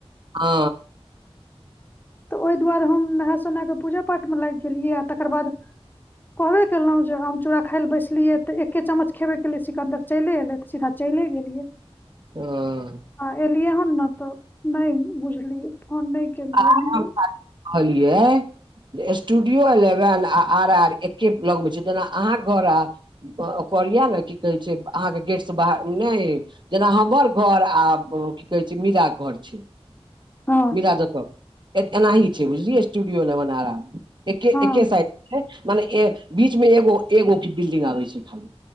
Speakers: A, on the right; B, on the left.
A: हू
B: तऽ ओहि दुआरे हम नहा सोना कऽ पूजा पाठमे लागि गेलियै आ तकर बाद कहबे केलहुँ जे आम चूड़ा खाय ले बैसलियै तऽ तऽ एके चमच खेबैके लिए सिकन्दर चलि अयलै तऽ सीधा चलि गेलियै।
A: ह
B: आ एलियै हन ने तऽ नहि बुझलिय फोन नहि केलियै
A: आ हम
B: जे
A: कहलियै स्टूडियो एलेवेन आ आर आर एके लग मे छै जेना अहाँ घर आ कोरिया ल की कहे छै अहाँकेँ गेट से बाहर नहि जेना हमर घर आ कि कहे छै मीरा के घर छै।
B: हँ
A: मरा दक एनाही छै बुझलिय स्टूडियो ल बना रहा एके
B: हँ
A: एके साइड से छै मने बीच मे एगो एगो बिल्डिंग आबै छै खाली